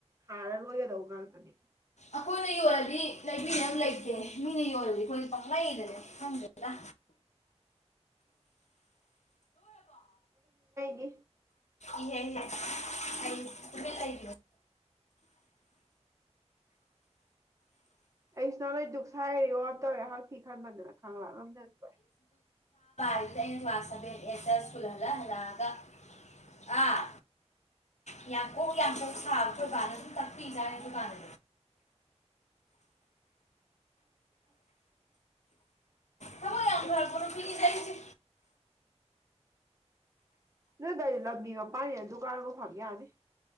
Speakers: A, on the right (about 25°); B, on the left (about 80°).
A: ꯊꯥꯔ ꯂꯣꯏꯒꯗꯧꯕ ꯉꯥꯛꯇꯅꯦ
B: ꯑꯩꯈꯣꯏꯅ ꯌꯣꯜꯂꯗꯤ ꯂꯩꯕꯤꯅꯕ ꯂꯩꯇꯦ ꯃꯤꯅ ꯌꯣꯜꯂꯗꯤ ꯑꯩꯈꯣꯏꯗꯤ ꯄꯪꯂꯩꯗ ꯂꯩ ꯈꯪꯗ꯭ꯔꯦꯗ
A: ꯏꯐ
B: ꯏꯍꯦ ꯏꯍꯦ ꯑꯩ ꯇꯨꯃꯤꯟ ꯂꯩ
A: ꯑꯩꯁꯨ ꯅꯍꯥꯋꯥꯏ ꯗꯨꯛ ꯁꯔꯥ ꯌꯣꯟꯒꯦ ꯇꯧꯔꯦ ꯍꯛꯊꯤ ꯈꯟꯕꯗꯨꯅ ꯈꯪꯂꯥꯛ ꯉꯝꯗꯗꯅ ꯇꯣꯛꯑꯦ
B: ꯑꯩꯅ ꯀ꯭ꯂꯥꯁ ꯁꯚꯦꯟ ꯑꯩꯠꯇ ꯁꯀꯨꯜ ꯍꯜꯂꯛ ꯍꯜꯂꯛ ꯑꯒ ꯑꯥ ꯌꯥꯡ ꯀꯣꯛ ꯌꯥꯡ ꯀꯣꯛ ꯁꯥꯕ ꯈꯣꯏꯕꯥꯅ ꯑꯗꯨꯝ ꯇꯥꯛꯄꯤ ꯖꯥꯠꯅꯤ ꯗꯨꯀꯥꯟꯗ
A: <inaudible>
B: ꯊꯕꯛ ꯌꯥꯝ ꯐꯔꯛꯄ ꯅꯨꯄꯤꯅꯤꯗ ꯑꯩꯁꯦ
A: ꯅꯣꯏ ꯑꯗꯨꯒꯤ ꯂꯝꯕꯤ ꯃꯄꯥꯟꯅꯤꯅ ꯗꯨꯀꯥꯟꯕꯨ ꯐꯝ ꯌꯥꯅꯤ